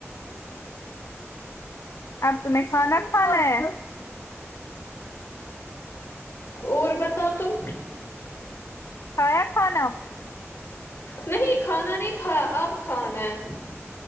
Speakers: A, on the left; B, on the left.
A: اب تمہیں کھانا کھانا ہے
B: اور بتاؤ تم
A: کھایا کھانا
B: نہیں کھانا نہیں کھایا اب کھانا ہے